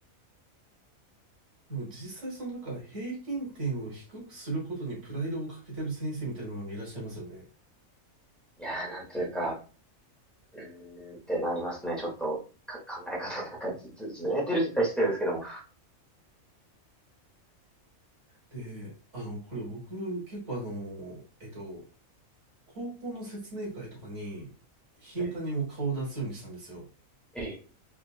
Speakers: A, on the right; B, in the centre.
A: <laughs> でも実際そのなんか平均点を低くすることにプライドをかけてる先生みたいなのもいらっしゃいますよね。
B: いやー、なんというか、うーんってなりますね。ちょっと、か、考え方がなんかず、ず、ずれてるって言ったら失礼ですけども。
A: で、あの、これ僕結構あの、えっと、高校の説明会とかに頻繁にもう顔を出すようにしたんですよ。
B: ええ、ええ、